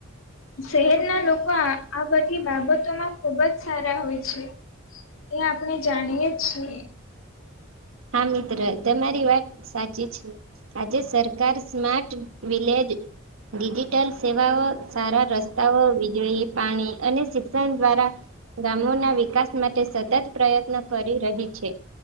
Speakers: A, on the left; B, on the right.
A: શહેરના લોકો આ આ બધી બાબતોમાં ખુબ જ સારા હોય છે. એ આપણે જાણીએ છીએ.
B: હા મિત્ર તમારી વાત સાચી છે. આજે સરકાર સ્મા્ટ વિલેજ ડિજિટલ સેવાઓ સારા રસ્તાઓ વીજળી પાણી અને શિક્ષણ દ્વારા ગામોના વિકાસ માટે સતત પ્રયત્ન કરી રહે છે.